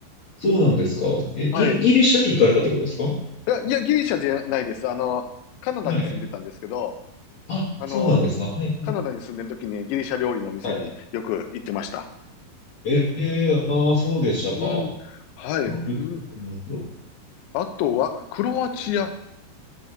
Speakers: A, on the left; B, on the left.
A: そうなんですか。え、ギリ、
B: はい。
A: ギリシャに行かれたってことですか
B: いや、いやギリシャじゃないです。あの、カナダに住んでたんですけど、
A: はい。あ、
B: あの、
A: そうなんですか。はい、はい、
B: カナダに住んでる時にギリシャ料理の店によく行ってました。
A: はい。ええああー、そうでしたか。
B: うん。はい。
A: なるほど、
B: うん。
A: なるほど。
B: あとは、クロアチア